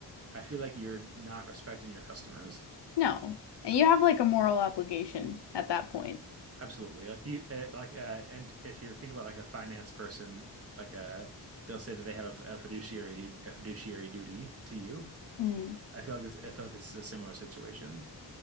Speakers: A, on the right (about 35°); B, on the left (about 70°).
A: I feel like you're not respecting your customers.
B: No. And you have like a moral obligation at that point.
A: Absolutely. Like you, uh, like, uh, and if you're thinking about like a finance person, like uh they'll say that they have a a fiduciary du- a fiduciary duty to you.
B: Mm.
A: I feel like it's, I feel like it's a similar situation.